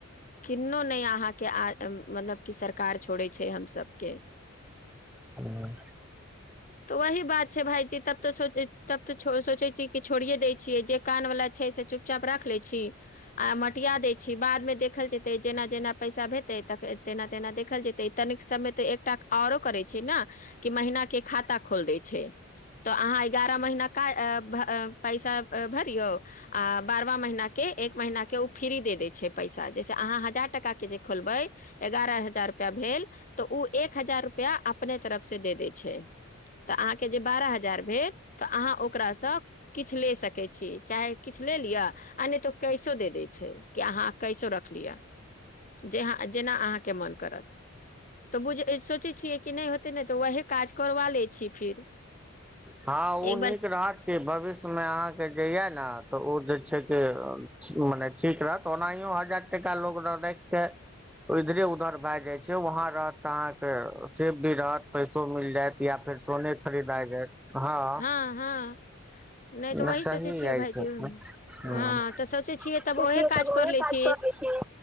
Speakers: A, on the left; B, in the centre.
A: किन्नो नहि अहाँके मतलब कि सरकार छोड़ै छै हम सभके।
B: हं।
A: तऽ वही बात छै भायजी तब तऽ तब तऽ सोचै छी कि छोड़िये दै छियै जे कान वाला छै से चुपचाप राख ले छी आ मटिया दै छी बादमे देखल जेतै जेना- जेना पैसा भेतै त तेना -तेना देखल जेते तनिक समय तऽ एकटा आओरो करै छै ने कि महिना के ख। त खोल देै छै तऽ अहाँ एगारह महिना क पैसा भरियौ आ बारव महिना के एक महिना के ओ फ्री दे दै छै पैसा जैसे अहाँ हजार टका के जे खोलबै त। एगारह हजार रुपआ भेल तऽ ओ एक। हजार रुपआ अपने तरफ से दे दै छै। तऽ अहाँके जे बारह हजार भेल। तऽ अहाँ ओकरा सँ की। किछु ले सकै छी चाहे किछु ले लिअ आ नहि तऽ ओ कैसो देऽ दै छै कि अहाँ कैसो रख लिअ जेहाँ जेना अहाँके मोन करत। तऽ बुझ सोचै छियै कि नई हो। तै नै वहे काज करवा ल लै छीयै फिर
B: हां ओ
A: एक बार
B: नीक रहत की भविष्यमे अहाँके जेहया न तऽ ओ जे छै जे मने ठीक रहत ओनेहियौ हजार टका लोग र राख के इधरे उधर भाए जाय छै वहां रहत त अहाँके सेफडीरहत पै सो मिल जायत या फेर सोने खरीदाए जायत। हँ
A: हां हां नै
B: नहि
A: तऽ वही
B: सही
A: सोचै छियै
B: य ई
A: भायजी
B: सब तऽ ह
A: हां तऽ सोचै छियै तब
B: ठीके
A: ओहे काज
B: सब ओहे
A: कर ल छी
B: करै छियै